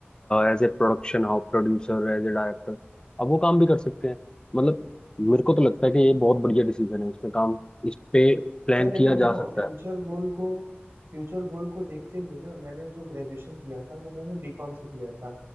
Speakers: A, on the left; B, on the right.
A: as a production house producer as a director अब वो काम भी कर सकते हैं मतलब मेरे को तो लगता है कि ये बहुत बढ़िया डिसीजन है इसमें काम इस पे प्लान
B: यार लेकिन
A: किया
B: देखो
A: जा सकता
B: फ्यूचर
A: है
B: गोल को फ्यूचर गोल को देखते हुए ना मैंने जो ग्रेजुएशन किया था वो मैंने बीकॉम से किया था